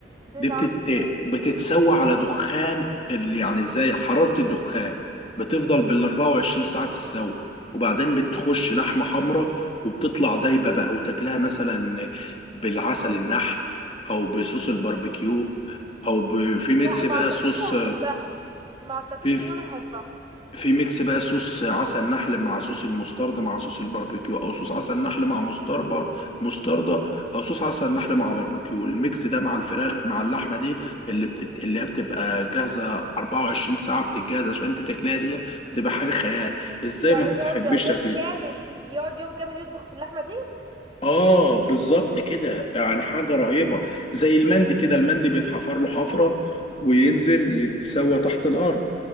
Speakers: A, on the right; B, on the left.
A: دي
B: دي
A: بتتعمل
B: بتت...
A: ازاي
B: بتتسوى على دخان اللي يعني ازاي حرارة الدخان بتفضل بال 24 ساعة تتسوى وبعدين بتخش لحمة حمراء وبتطلع دايبة بقى وتاكلها مثلا بالعسل النحل او بصوص الباربيكيو او ب... في ميكس
A: لا ما
B: بقى
A: اعتقدش
B: صوص
A: هحبها ما اعتقدش
B: في
A: ان انا هحبها
B: في ميكس بقى صوص عسل نحل مع صوص المستردة مع صوص الباربيكيو او صوص عسل نحل مع مستربة مستردة او صوص عسل نحل مع باربيكيو الميكس ده مع الفراخ مع اللحمة دي اللي بتت... اللي هي بتبقى جاهزة 24 ساعة بتتجهز عشان انت تاكلها دي تبقى حاجة خيال ازاي
A: يعني
B: ما
A: بيقعد
B: تحبش
A: يوم
B: تاكليها
A: كامل يقعد يوم كامل يطبخ في اللحمة دي
B: اه بالظبط كده يعني حاجة رهيبة زي المندي كده المندي بيتحفر له حفرة وينزل يتسوى تحت الارض